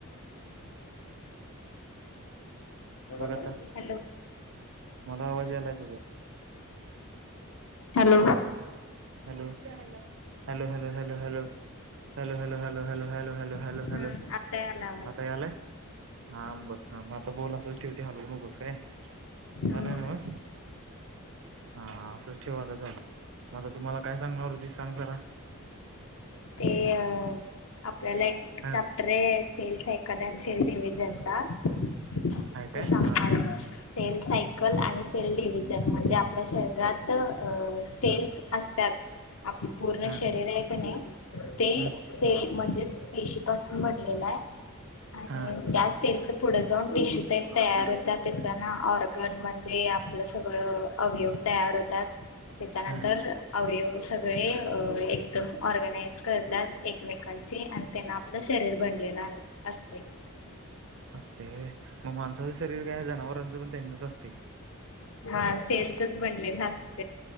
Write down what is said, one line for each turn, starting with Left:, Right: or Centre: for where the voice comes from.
Right: <inaudible>
Left: बर
Right: बघ आता मला आवाज यालाय तुझा.
Left: हॅलो.
Right: ह hello, hello, hello, hello hello hello hello hello hello hello hello
Left: हम्म
Right: hello
Left: आता यायला आवाज
Right: आता यालाय हांम बघ,,, म आता बोल असंच ठेव ते हलवू नकोस काय,
Left: हम्म
Right: यालाय ना नव हा असंच ठेव आता,, तू मला काय सांगणार हुतीस सांग जरा?
Left: ते, अ आपल्याला एक
Right: हा
Left: चॅप्टर या,, cell cycle and sale division चा. तू
Right: आहे काय
Left: सांगणार
Right: हा
Left: होतास सेल सायकल आणि सेल डिव्हजन म्हणजे आपल्या शरीरात अंं सेल्स
Right: हा
Left: असत्यात आपलं पूर्ण
Right: हा
Left: शरीर आहे की नाई, ते
Right: हम्म
Left: सेल म्हणजेच पेशी पासून बनलेला या, आणि
Right: हा
Left: त्या सेलच पुढं जाऊन टिश्यू पेन तयार होत त्याच्या न ऑर्गन म्हणजे आपलं सगळं अवयव तयार होतात,,, त्याच्यानंतर
Right: हा
Left: अवयव सगळे एकदम ऑर्गनाइज करतात एकमेकांची,, आणि त्यांन आपलं शरीर बनलेलं असतय
Right: असतय व्हय मग माणसाचं शरीर काय जनावरांचं पण त्यांचच असतय.
Left: हा सेल चच बनलेल, असं